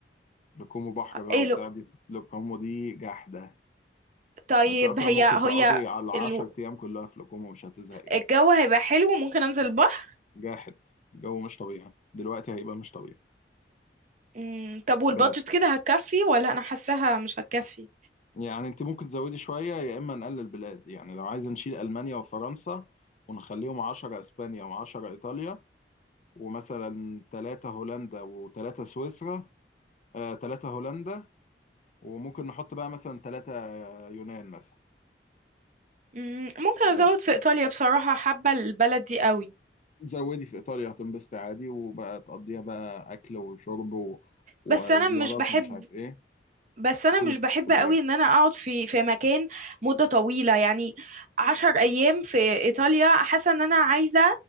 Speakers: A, on the left; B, on the right.
A: لكومو بحر بقى
B: ايه
A: وبتاع
B: لو
A: دي لكومو دي جحدة
B: طيب
A: أنت أصلا
B: هي
A: ممكن
B: هي
A: تقعدي على 10
B: ال-
A: أيام كلها في لكومو مش هتزهقي
B: الجو هيبقى حلو ممكن انزل البحر
A: جاحد الجو مش طبيعي دلوقتي هيبقى مش طبيعي
B: مم، طب والبادجت
A: بس
B: كده هتكفي ولا انا حاساها مش هتكفي
A: يعني انت ممكن تزودي شوية يا اما نقلل بلاد يعني لو عايزة نشيل المانيا وفرنسا ونخليهم 10 اسبانيا و10 ايطاليا ومثلا 3 هولندا و3 سويسرا آه 3 هولندا وممكن نحط بقى مثلا 3 يونان مثلا
B: مم، ممكن ازود
A: بس
B: في ايطاليا بصراحة حابة البلد دي قوي
A: زودي في ايطاليا هتنبسطي عادي وبقى تقضيها بقى اكل وشرب و... وزيارات
B: بس انا مش بحب
A: ومش عارف ايه
B: بس انا
A: قولي
B: مش
A: بتحبي
B: بحب قوي
A: ايه
B: ان انا اقعد في في مكان مدة طويلة يعني عشر ايام في ايطاليا حاسة ان انا عايزة